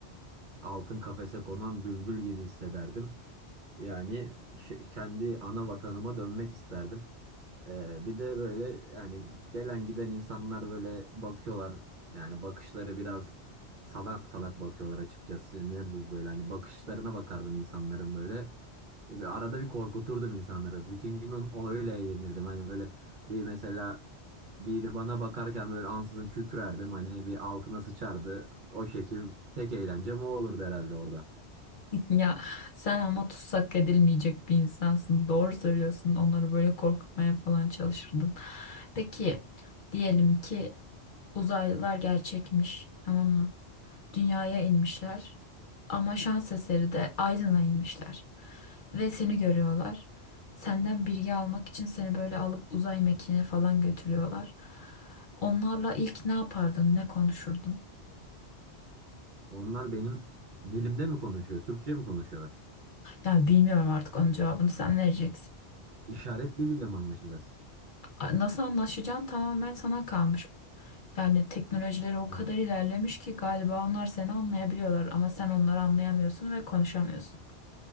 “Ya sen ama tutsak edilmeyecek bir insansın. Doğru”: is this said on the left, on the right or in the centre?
Left